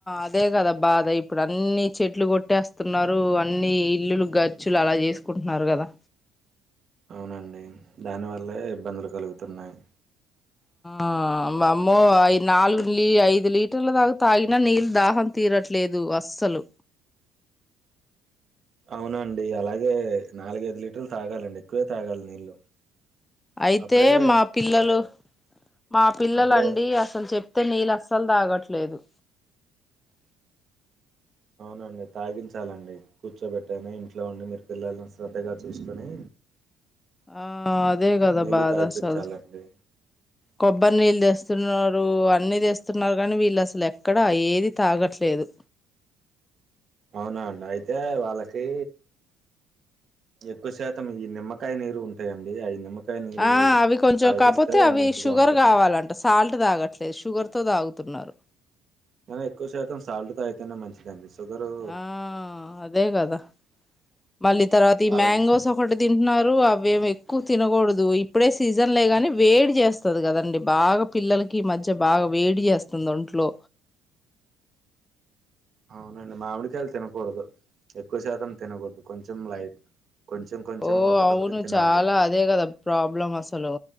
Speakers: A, on the left; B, on the right.
A: అదే కదా బాధ ఇప్పుడు అన్నిీ చెట్లు కొట్టేస్తా స్తున్నారు అన్ని ఇల్లులు ర్చ్చులు అలా చేసుకుంటున్నారు కదా
B: అవునండి దానివల్లే ఇబ్బందులు కలుగుతున్నాయి
A: ఆ మామ్మో అఐ నాలుగు లీ ఐదు లీటర్ల దాకా తాగిన నీళ్ళు దాహం తీరట్లేదు అస్సలు
B: అవునండి అలాగే నాలుగ ఐదు లీటర్లు తాగాలండి ఎక్కువే తాగాలి నీళ్ళు
A: అయితే
B: అప్పుడే
A: మా పిల్లలు మా పిల్లల
B: అప్పుడే
A: అండి అసలు చెప్తే నీళ్ళు అస్సలు తాగట్ లేదు
B: అవునండి తాగించాలండి కూర్చోబెట్టనా ఇంట్లో ఉండి మీరు పిల్లల్ని శ్రద్ధగా చూసుకొని
A: ఆ అదే కదా
B: నీళ్ళు
A: బాధ
B: తాగిపిచ్చాలండి.
A: అసలు కొబ్బరినీళ్లుస్త వస్తున్నారు అన్నీ తేస్తున్నారు కానీ వీళ్ళు అసలు ఎక్కడ ఏది తాగట్లేదు
B: అవునా అండి అయితే వాళ్ళకి ఎక్కువ శాతం ఈ నిమ్మకాయ నీరు ఉంటాయంండి ఆ నిమ్మకాయ నీరు
A: ఆ అవి కొంచెం
B: తాగిపిస్తే
A: కాకపోతే అవి
B: మంచిగా
A: షుగర్
B: ఉంటది.
A: కావాలంట సాల్ట్ తాగట్లేదు షుగర్ తో తాగుతున్నారు
B: కానీ ఎక్కువ శాతం సాల్ట్ తాగితేనే మంచిదండి షుగరు
A: ఆ అదే కదా మళ్ళీ తర్వాత ఈ
B: ఆరోగ్
A: మ్యాంగోస్ ఒకటి తింటున్నారు అవి ఏం ఎక్కువ తినకూడదు ఇప్పుడే సీజన్లే గానీ వేడి చేస్తది కదండి బాగా పిల్లలకి మధ్య బాగా వేడి చేస్తుంది ఒంట్లో
B: అవునండి మామిడికాయలు తినకూడదు ఎక్కువ శాతం తినకూడదు కొంచెం లైట్ కొంచెం కొంచెం
A: ఓ
B: ఒకటొకటి
A: అవును
B: తినాలి.
A: చాలా అదే కదా ప్రాబ్లం అసలు